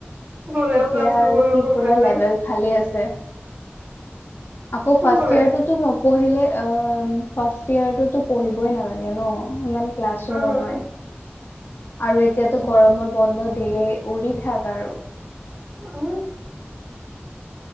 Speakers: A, on the right (about 55°); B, on the left (about 60°).
A: গলেও
B: এতিয়া
A: ক্লাছ নকৰিলেও
B: আৰু সি
A: প্ৰব্লেম
B: পুৰা লেভেল
A: নাই
B: ফালি আছে। আকৌ
A: কোন
B: ফাৰ্ষ্ট
A: কলেজ
B: ইয়েৰটোতো ন পঢ়িলে অম ফাৰ্ষ্ট ইয়েৰটোতো পঢ়িবই নালাগে ন, ইমান ক্লাছো
A: উম
B: নহয়। আৰু এতিয়াতো
A: উম
B: গৰমৰ বন্ধ দিলেই উৰি থাক আৰু। <inaudible>
A: উম